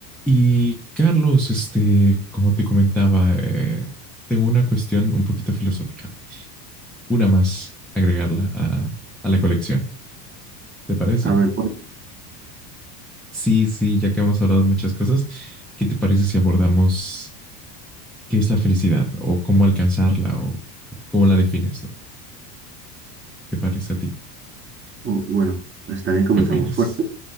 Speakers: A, in the centre; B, on the right.
A: Y Carlos, este, como te comentaba, eh, tengo una cuestión un poquito filosófica, una más agregarla a, a la colección, ¿te parece?
B: A ver, cuál-
A: Sí, sí, ya que hemos hablado de muchas cosas, ¿qué te parece si abordamos qué es la felicidad o cómo alcanzarla o cómo la defines, ¿no? ¿Te parece a ti?
B: u- bueno, está bien, comenzamos
A: ¿Qué opinas?
B: fuerte.